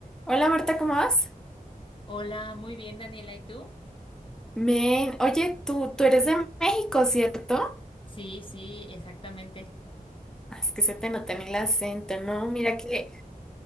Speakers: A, in the centre; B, on the left.
A: Hola Marta, ¿cómo vas?
B: Hola, muy bien, Daniela, ¿y tú?
A: Men, oye, tú, tú eres de México, ¿cierto?
B: Sí, sí, exactamente.
A: Ah, Es que se te nota en el acento, ¿no? Mira que,